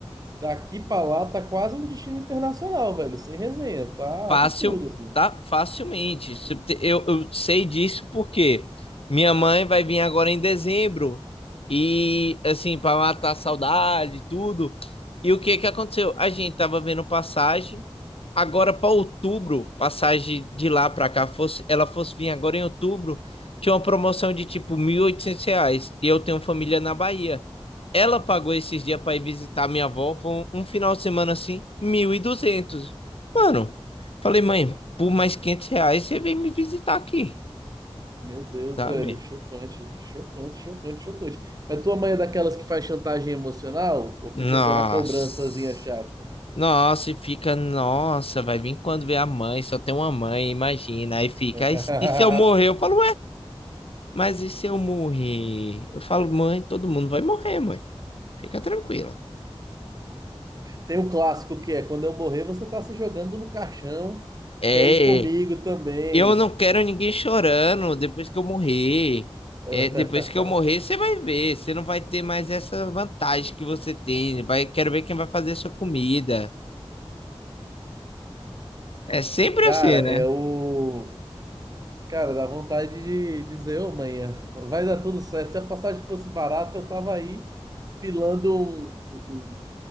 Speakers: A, on the right; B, on the left.
A: Daqui pra lá tá quase um destino internacional, velho. Sem resenha. Tá
B: Fácil,
A: absurdo, assim.
B: tá? Facilmente. Se te- Eu, eu sei disso porque minha mãe vai vir agora em dezembro e, assim, para matar a saudade e tudo. E o que que aconteceu? A gente tava vendo passagem agora para outubro, passagem de lá para cá, fosse, ela fosse vir agora em outubro, tinha uma promoção de tipo 1.800 reais. E eu tenho família na Bahia. Ela pagou esses dias para ir visitar minha avó, foi um, um final de semana assim, mil e duzentos Mano, falei, mãe, por mais 500 reais você vem me visitar aqui,
A: Meu Deus,
B: sabe?
A: velho. Chocante. Chocante, chocante, chocante. Mas tua mãe é daquelas que faz chantagem emocional? Ou fica
B: Nossa.
A: só na cobrançazinha chata?
B: Nossa, e fica, nossa, vai vir quando vê a mãe, só tem uma mãe, imagina. Aí fica,
A: <laughs>
B: aí, e se eu morrer? Eu falo, Mas e se eu morrer? Eu falo, mãe, todo mundo vai morrer, mãe. Fica tranquila.
A: Tem o clássico que é: quando eu morrer, você tá se jogando no caixão.
B: É,
A: Quer ir comigo
B: é.
A: também?
B: eu não quero ninguém chorando depois que eu morrer.
A: <laughs>
B: É, depois que eu morrer, você vai ver. Você não vai ter mais essa vantagem que você tem. Vai, quero ver quem vai fazer sua comida. É sempre
A: Cara,
B: assim,
A: é
B: né?
A: o. Cara, dá vontade de dizer, ô manhã, vai dar tudo certo. Se a passagem fosse barata, eu tava aí filando um, um,